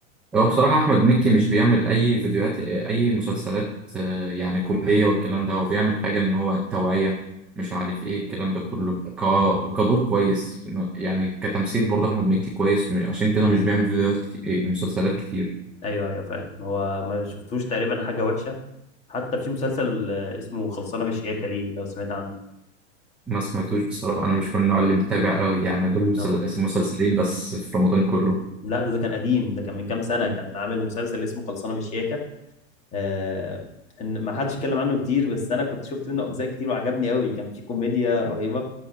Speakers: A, in the centre; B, on the left.
A: هو بصراحة أحمد مكي مش بيعمل أي فيديوهات أي مسلسلات آه، يعني كوميدية والكلام ده هو بيعمل حاجة إن هو توعية مش عارف إيه الكلام ده كله ك... كدور كويس يعني كتمثيل برضه أحمد مكي كويس عشان كده مش بيعمل فيديوهات كتير مسلسلات كتير
B: ايوه ايوه فعلا هو ما شفتوش تقريبا حاجه وحشه حتى في مسلسل آه، اسمه خلصانه بالشياكه ليه لو سمعت عنه
A: ما سمعتوش بصراحة أنا مش من النوع اللي متابع قوي يعني دول مسل-
B: هو-
A: مسلسلين بس في رمضان كله
B: لا ده, ده كان قديم ده كان من كام سنه كان عامل مسلسل اسمه خلصانه بالشياكه آه ان ما حدش اتكلم عنه كتير بس انا كنت شفت منه اجزاء كتير وعجبني قوي كان في كوميديا رهيبه